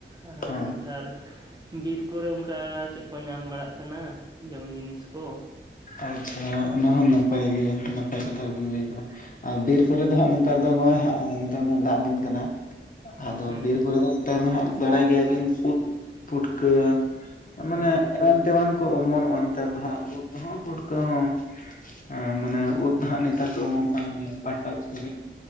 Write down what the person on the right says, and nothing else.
ᱟᱨ
ᱱᱮᱛᱟᱨ ᱵᱤᱨ ᱠᱚᱨᱮ ᱚᱱᱠᱟ ᱪᱮᱫ ᱠᱚ ᱧᱟᱢ ᱵᱟᱲᱟᱜ ᱠᱟᱱᱟ ᱡᱚᱢ ᱡᱤᱱᱤᱥ ᱠᱚ
ᱦᱮᱸ
ᱦᱮᱸ